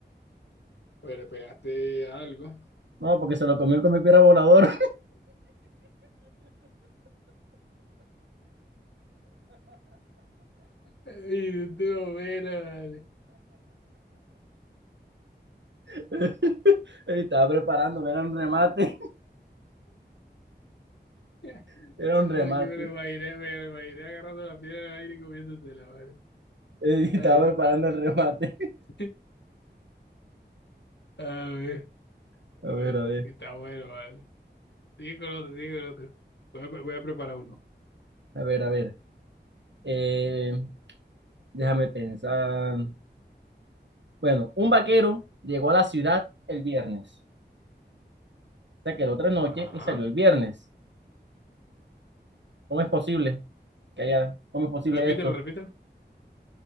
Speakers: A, on the left (about 70°); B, on the right (about 75°).
A: Pues le pegaste algo. <laughs>
B: No, porque se lo comió con mi piedra volador.
A: Y tú, bueno, vale.
B: <laughs> Y estaba preparando, era un remate,
A: <laughs>
B: <laughs> era
A: Ahora
B: un remate.
A: que me lo imaginé, me lo imaginé agarrando la piedra en el aire y comiéndosela, vale.
B: Y
A: Ay,
B: estaba
A: no.
B: preparando el remate.
A: <laughs> A ver,
B: <laughs> A ver,
A: ay,
B: a ver,
A: está bueno, vale. Sigue con otro, sigue con otro. Voy a, pre- voy a preparar uno.
B: a ver, a ver. Eh, déjame pensar. Bueno, un vaquero llegó a la ciudad el viernes. Se quedó tres noches
A: Ajá.
B: y salió el viernes. ¿Cómo es posible que haya, cómo es posible
A: Repítelo,
B: esto?
A: repítelo.